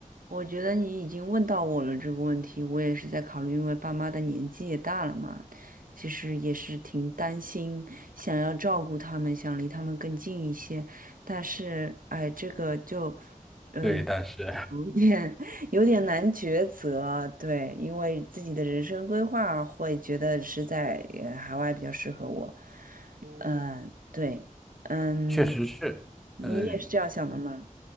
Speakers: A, on the right; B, in the centre.
A: 我觉得你已经问到我了这个问题，我也是在考虑，因为爸妈的年纪也大了嘛，其实也是挺担心，想要照顾他们，想离他们更近一些，但是哎，这个就嗯
B: 对，但是
A: 有点 <laughs> 有点难抉择，对，因为自己的人生规划会觉得是在呃海外比较适合我，嗯，对，嗯，
B: 确实是，
A: 你也是这样想的吗？
B: 嗯，